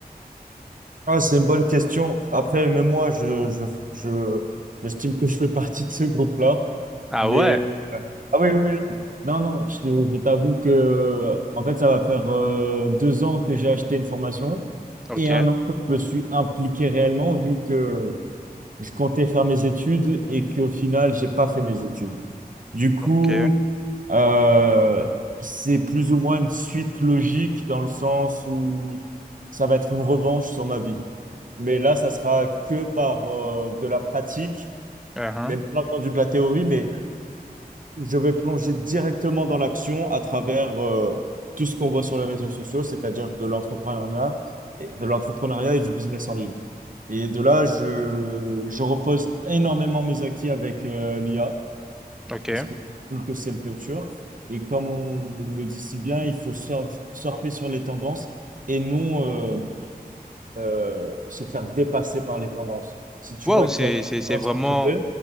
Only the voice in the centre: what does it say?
Ah
ouais,
ok,
ok,
uh-huh
ok.
Wow,
c'est,
c'est, c'est
vraiment,